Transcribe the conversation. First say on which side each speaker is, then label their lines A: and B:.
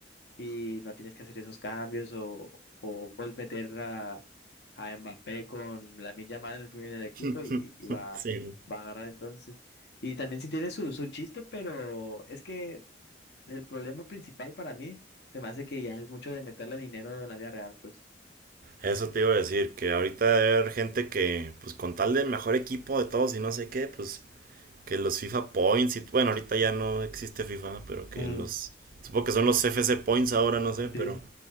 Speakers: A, on the left; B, on the right.
A: y no tienes que hacer esos cambios o, o puedes meter a, a Mbappé con Lamine Yamal en el, primer- en el equipo
B: <laughs>
A: y, y va,
B: Sí.
A: va a agarrar entonces. Y también sí tiene su, su chiste, pero es que el problema principal para mí se me hace que ya es mucho de meterle dinero en la vida real, pues.
B: Eso te iba a decir, que ahorita debe haber gente que, pues con tal de mejor equipo de todos y no sé qué, pues que los FIFA Points y bueno, ahorita ya no existe FIFA, ¿no? pero que
A: Mm,
B: los, supongo que son los FC Points ahora, no sé, pero
A: sí.